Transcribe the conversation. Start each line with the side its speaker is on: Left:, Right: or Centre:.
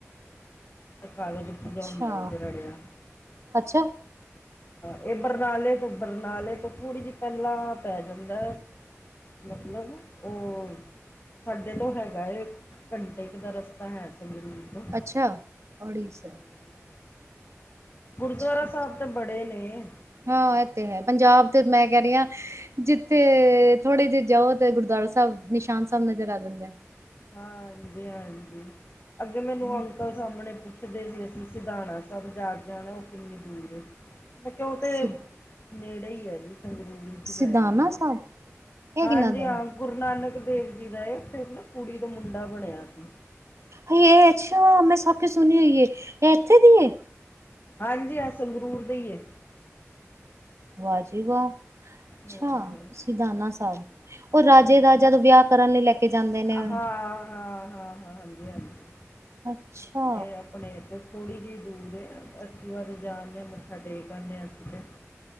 Left: ਕਾਰਜ ਪੂਰਾ
Right: ਅੱਛਾ
Left: ਹੁੰਦਾ ਉਹਦੇ ਰੜਿਆ ਅ।
Right: ਅੱਛਾ
Left: ਇਹ ਬਰਨਾਲੇ ਤੋਂ ਬਰਨਾਲੇ ਤੋਂ ਥੋੜ੍ਹੀ ਜਿਹੀ ਪਹਿਲਾਂ। ਪੈ ਜਾਂਦਾ ਮਤਲਬ ਉਹ। ਸਾਡੇ ਤੋਂ ਹੈਗਾ ਏ ਘੰਟੇ ਕੁ ਦਾ ਰਸਤਾ ਹੈ। ਤੋਂ
Right: ਅੱਛਾ, ਅੜਿਸਰ।
Left: ਹਾਂਜੀ ਗੁਰਦੁਆਰਾ
Right: ਠੀਕ
Left: ਸਾਹਿਬ ਤੇ ਬੜੇ ਨੇ।
Right: ਹਾਂ, ਇਹ ਤੇ ਹੈ ਪੰਜਾਬ ਤੇ ਮੈਂ ਕਹਿ ਰਹੀ ਹਾਂ। ਜਿੱਥੇ ਥੋੜੇ ਜਿਹੇ ਜਾਓ ਤੇ ਗੁਰਦੁਆਰਾ ਸਾਹਿਬ ਨਿਸ਼ਾਨ ਸਾਹਿਬ ਨਜ਼ਰ ਆ ਜਾਂਦਾ।
Left: ਹਾਂਜੀ ਹਾਂਜੀ, ਅੱਗੇ ਮੈਨੂੰ
Right: ਹੈ
Left: ਅੰਕਲ ਸਾਹਮਣੇ ਪੁੱਛ। ਸੀ ਅਸੀਂ ਸਿਧਾਣਾ ਸਾਹਿਬ ਜਾ ਕੇ ਆਣਾ ਉਹ ਕਿੰਨੀ ਦੂਰ ਏ ਮੈਂ ਕਿਹਾ ਉਹ ਤੇ।
Right: ਸਿ
Left: ਨੇੜੇ ਹੀ ਹੈ ਜੀ ਸੰਗਰੂਰ ਵਿੱਚ
Right: ਸਿਧਾਨਾ
Left: ਪੈ ਜਾਂਦਾ
Right: ਸਾਹਿਬ ਇਹ
Left: ਹਾਂਜੀ
Right: ਕਿੰਨਾ ਦਾ
Left: ਹਾਂ।
Right: ਹੈ
Left: ਗੁਰੂ ਨਾਨਕ ਦੇਵ ਜੀ ਦਾ ਇਹ ਉੱਥੇ ਕੁੜੀ ਦਾ ਮੁੰਡਾ ਬਣਿਆ ਸੀ।
Right: ਹਾਏ ਇਹ ਅੱਛਾ, ਮੈਂ ਸਭ ਕੁ ਸੁਣਿਆ ਇ ਏ ਇਹ ਇੱਥੇ ਦੀਏ?
Left: ਹਾਂਜੀ ਹਾਂ ਸੰਗਰੂਰ ਦੇ ਏ।
Right: ਵਾਹ ਜੀ ਵਾਹ। ਅੱਛਾ
Left: ਹਾਂ
Right: ਸਿਧਾਨਾ ਸਾਹਿਬ ਉਹ ਰਾਜੇ
Left: ਹਾਂਜੀ
Right: ਰਾਜਾ ਦਾ ਵਿਆਹ ਕਰਨ ਲਈ ਲੈ ਕੇ ਜਾਂਦੇ ਨੇ।
Left: ਹਾਂ ਹਾਂ ਹਾਂ ਹ ਹਾਂਜੀ ਹਾਂਜੀ।
Right: ਅੱਛਾ।
Left: ਇਹ ਆਪਣੇ ਏਧਰ ਥੋੜ੍ਹੀ ਜਿਹੀ ਦੂਰ ਆ ਐਕਟੀਵਾ ਤੇ ਜਾ ਕੇ ਮੱਥਾ ਟੇਕ ਆਉਦੇ ਹਾਂ ਅਸੀਂ ਤੇ।